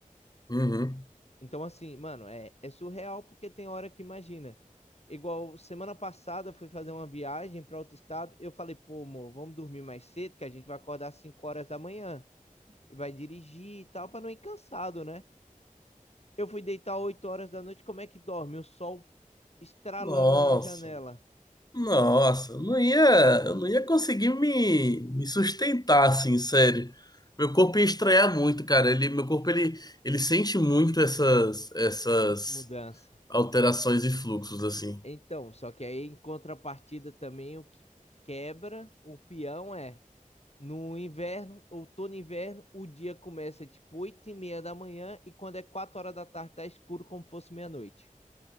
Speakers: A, on the left; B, on the left.
A: Uhum.
B: Então, assim, mano, é, é surreal porque tem hora que imagina. Igual semana passada eu fui fazer uma viagem para outro estado. Eu falei, pô, amor, vamos dormir mais cedo que a gente vai acordar às 5 horas da manhã e vai dirigir e tal, para não ir cansado, né? Eu fui deitar 8 horas da noite, como é que dorme? O sol estralando
A: Nossa,
B: na janela.
A: nossa, eu não ia, eu não ia conseguir me, me sustentar assim, sério. Meu corpo
B: Ent-
A: ia estranhar muito, cara. Ele, meu corpo ele, ele sente muito essas, essas
B: Mudança.
A: alterações e fluxos assim.
B: Então, só que aí em contrapartida também o que quebra o peão é No inverno, outono e inverno, o dia começa tipo 8 e meia da manhã e quando é 4 horas da tarde tá escuro como se fosse meia-noite.